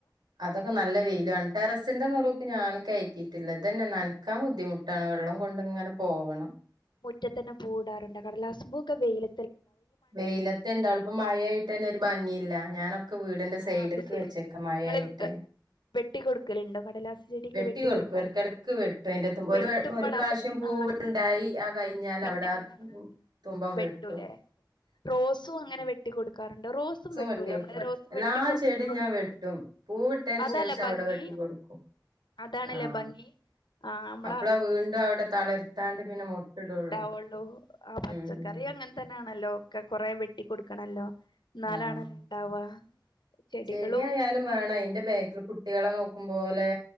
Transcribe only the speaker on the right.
അതൊക്കെ നല്ല വെയിലും അൺട്ടറസിന്റെ നറവൊക്കെ ഞാനൻും കയറ്റിട്ടില്ലത് അതനന്നെ നനക്കാൻ ബുദ്ധിമുട്ടാണ് വെള്ളം കൊണ്ട് ഇങ്ങനെ പോവണം
വെയിലത്ത് ഇണ്ടാവളിപ്പോ മഴായിട്ട് തന്നെ ഒരു ഭംഗിയില്ല ഞാനൊ വീടിന്റെ
സൈഡ്ക്കാ
വെച്ചേക്കാ മഴായായിട്ട്
വെട്ടി കൊടുക്കും
ഇടക്കിടക്ക് വെട്ടു അതിന്റെത്തുമ്പ
ഒരു ഒരു പ്രാവശ്യം പോ
പൂവു്ണ്ടായി ആ കഴിഞ്ഞാൽ
അവിടെ
തുമ്പങ്ങ്
വെട്ടു
വെട്ടി കൊടുക്കും
എല്ലാ
ചെടിയും ഞാൻ വെട്ടും പൂവിട്ടതിന്
ശേഷം
അവിടെ വെട്ടി കൊടുക്കും
ആഹ്
അപ്പളാ വീണ്ടും അവിടെ തളിർത്താണ്ട് പിന്നെ മൊട്ടിടുള്ളൂ
ഉം ഉം
ആഹ്
ചെടിയായാലും വേണം അയിന്റെ ബാക്കിൽ കുട്ടികളെ നോക്കുമ്പോലെ